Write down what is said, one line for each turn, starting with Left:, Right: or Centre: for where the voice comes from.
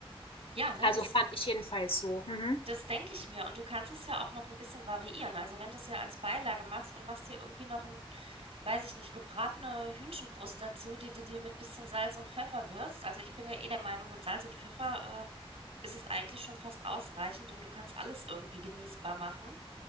Right: Ja, ne,
Left: Also
Right: das,
Left: fand ich jedenfalls so. Mhm.
Right: das denke ich mir. Und du kannst es ja auch noch ein bisschen variieren. Also wenn du es ja als Beilage machst und machst dir irgendwie noch ein, weiß ich nicht, gebratene Hühnchenbrust dazu, die du dir mit bisschen Salz und Pfeffer würzt. Also ich bin ja eh der Meinung, mit Salz und Pfeffer, äh, ist es eigentlich schon fast ausreichend und du kannst alles irgendwie genießbar machen.